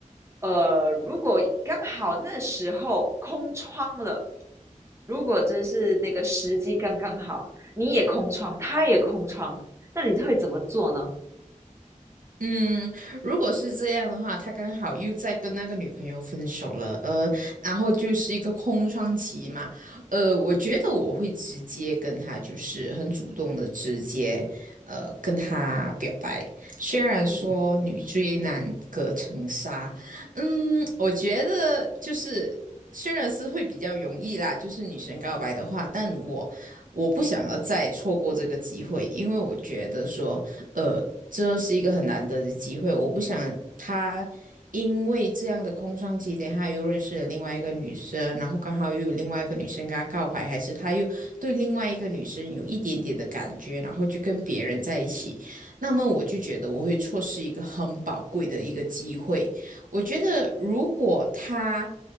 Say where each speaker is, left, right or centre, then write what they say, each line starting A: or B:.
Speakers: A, on the right; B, on the right.
A: 呃，如果刚好那时候空窗了，如果真是那个时机刚刚好，你也空窗，他也空窗，那你会怎么做呢？
B: 嗯，如果是这样的话，他刚好又在跟那个女朋友分手了，呃，然后就是一个空窗期嘛，呃，我觉得我会直接跟他，就是很主动的直接，呃，跟他表白。虽然说女追男隔层纱，
A: 嗯。
B: 嗯，我觉得就是虽然是会比较容易啦，就是女生告白的话，但我。我不想要再错过这个机会，因为我觉得说，呃，这是一个很难得的机会，我不想他因为这样的空窗期，等他又认识了另外一个女生，然后刚好又有另外一个女生跟他告白，还是他又对另外一个女生有一点点的感觉，然后就跟别人在一起，那么我就觉得我会错失一个很宝贵的一个机会。我觉得如果他。